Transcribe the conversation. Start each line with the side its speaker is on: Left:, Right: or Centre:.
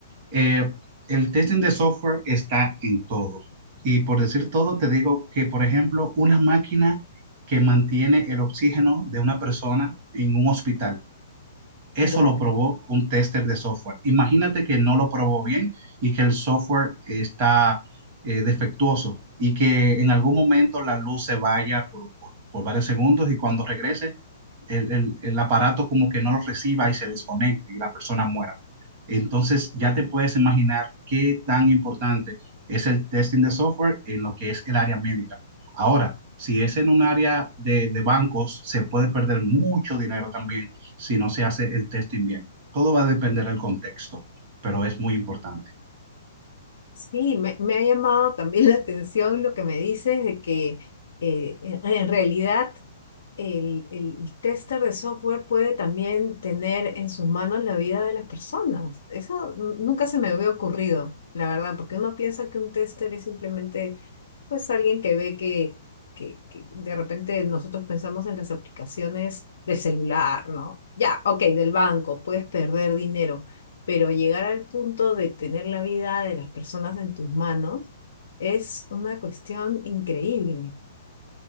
Right: Eh, el testing de software está en todo. Y por decir todo, te digo que, por ejemplo, una máquina que mantiene el oxígeno de una persona en un hospital. Eso
Left: wow.
Right: lo probó un tester de software. Imagínate que no lo probó bien y que el software está eh, defectuoso y que en algún momento la luz se vaya por, por- por varios segundos y cuando regrese el, el- el aparato como que no lo reciba y se desconecte y la persona muera. Entonces ya te puedes imaginar qué tan importante es el testing de software en lo que es el área médica. Ahora, si es en un área de, de bancos, se puede perder mucho dinero también si no se hace el testing bien. Todo va a depender del contexto, pero es muy importante.
Left: Sí, me, me ha llamado también la atención lo que me dices de que eh, en en realidad el, el tester de software puede también tener en sus manos la vida de las personas. Eso n- nunca se me había ocurrido, la verdad, porque uno piensa que un tester es simplemente pues alguien que ve que, que, que de repente nosotros pensamos en las aplicaciones del celular, ¿no? Ya, ok, del banco, puedes perder dinero, pero llegar al punto de tener la vida de las personas en tus manos es una cuestión increíble.